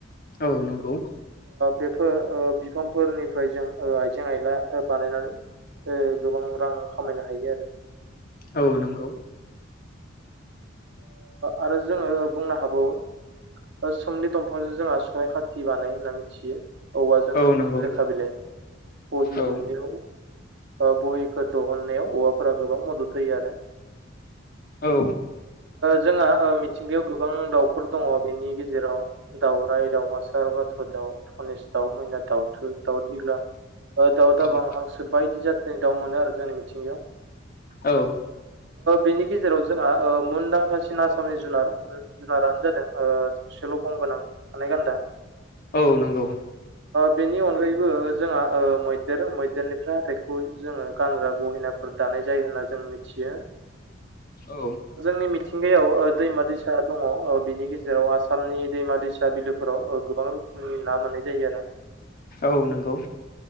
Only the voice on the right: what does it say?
बेफोर बिफांफोरनिफ्राय जों आइजें आइला बानायनानै गोबां रां खामायनो हायो आरो
आरो जोङो बुंनो हाबावो समनि दंफांजों जोंहा सनाय खाथि बानाय होनना मिथियो औवाजों
लेखा बिलाइ बहि
दुनियाव बहि दिहुननायाव औवाफोरा गोबां मदद होयो आरो
जोंहा मिथिंगायाव गोबां दाउफोर दङ बेनि गेजेराव दाउराय दाउमासाार ब बाथ' दाउ धनेस दाउ मैना दाउथु दाउदिग्ला दाउ दाबां
हांसो बायदि जाथ्रनि दाउ मोनो आरो जोंनि मिथिंगायाव
बेनि गेजेराव जोंहा थासिन आसामनि जुनार जुनारानो जादों थसेल' गं गोनां खानाय गान्दा
बेनि अनगायैबो जोंहा मैदेर मैदेरनिफ्राय हाथाइखौ जोङो गानग्रा गहिनाफोर दानाय जायो होनना जों मिथियो
आंनि मिथिंगायाव दैमा दैसा दङ बिनि गेजेराव आसामनि दैमा दैसा बिलोफोराव गोबां गोबां रोखोमनि ना मोननाय जायो आरो